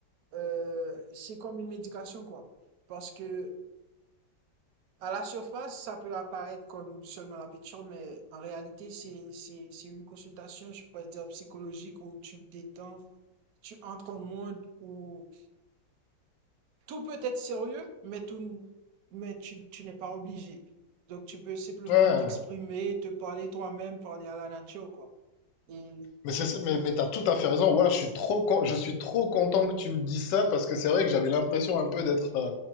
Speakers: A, on the right; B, on the left.
A: euh, c'est comme une médication, quoi. Parce que à la surface, ça peut apparaître comme seulement la peinture, mais en réalité, c'est, c'est, c'est une consultation, je pourrais dire, psychologique où tu te détends, tu entres au monde où tout peut être sérieux, mais tout, mais tu, tu n'es pas obligé. Donc, tu peux simplement
B: Ouais.
A: t'exprimer, te parler toi-même, parler à la nature, quoi. Et,
B: Mais c'est, mais, mais t'as tout à fait raison. Ouais, je suis trop, con- je suis trop content que tu me dises ça parce que c'est vrai que j'avais l'impression un peu d'être, euh,